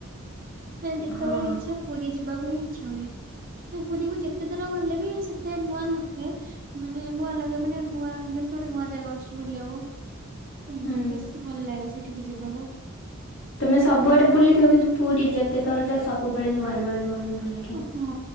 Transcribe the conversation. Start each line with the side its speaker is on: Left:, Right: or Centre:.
Right: ମାନେ ଯେତେବେଳେ
Left: ହଁ
Right: ଇଚ୍ଛା ପୁରୀ ଯିବାକୁ ହିଁ ଇଚ୍ଛା ହୁଏ ପୁରୀକୁ ଯେତେଥର ଗଲେ ବି ସେ ତେ ନୂଆ ଲୋକ୍ ଦିଏ ମାନେ ନୂଆ ଲାଗେ ମାନେ ନୂଆ ଯେମିତି ଗୋଟେ ନୂଆ ଜାଗା ଆସୁଛି ବୁଲିଆକୁ। ସେମିତି
Left: ହୁଁ।
Right: ବେଶୀ ଭଲ ଲାଗେ ସେଠିକି ଯିବାକୁ।
Left: ତମେ ସବୁଆଡେ ବୁଲିଥିବ କିନ୍ତୁ ପୁରୀ ଯେତେ ଥର ଯାଅ ସବୁବେଳେ ନୂଆ ନୂଆ ନୂଆ ନୂଆ ଲାଗେ।
Right: ହଁ